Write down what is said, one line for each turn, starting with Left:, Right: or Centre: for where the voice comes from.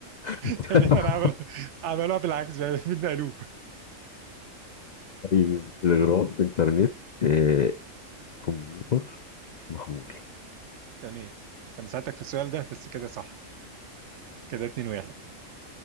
Left: <laughs>
Right: تقريبا عمل عملوها بالعكس <laughs> بقى بالمقلوب
Left: طيب تلغراف انترنت آه، كمبيوتر محمول
Right: تمام بس انا ساعدتك في السؤال ده بس كده صح كده اتنين واحد